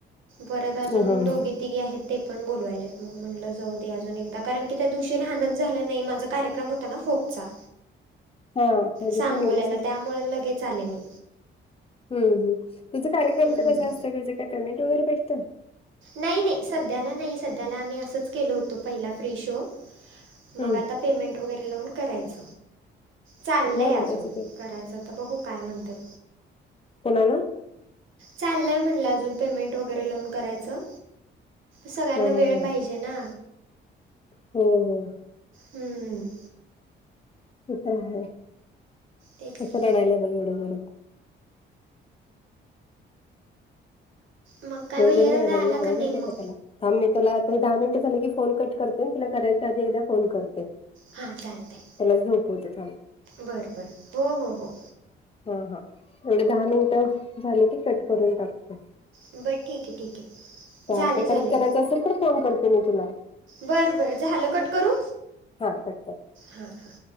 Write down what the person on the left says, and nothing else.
हा हा
हा.
<inaudible> त्या दिवशी
गेलीच नाही.
हं, हं. तुझं कार्यक्रमच
कस असतय, त्याच काय पेमेंट वगैरे भेटतं?
हम्म.
हो ना
त्याचं पे
कोणाला?
हा हा
हा
<unintelligible>
ते तर आहे,
कसं
रडायला बघ एवढं <unintelligible>
जोरजोरात
रडालय
आवाज
यायलाय
का त्याला? हं, मी त्याला आता दहा मिनिटं झाले की फोन कट करते, तुला करायच्या आधी एकदा फोन करते.
त्यालाच झोपवते खाली.
हा, हा, एवढे दहा मिनट झाले की, कट करून टाकतो.
चालतंय
परत करायचं असेल तर फोन करते मी तुला
हा करतात.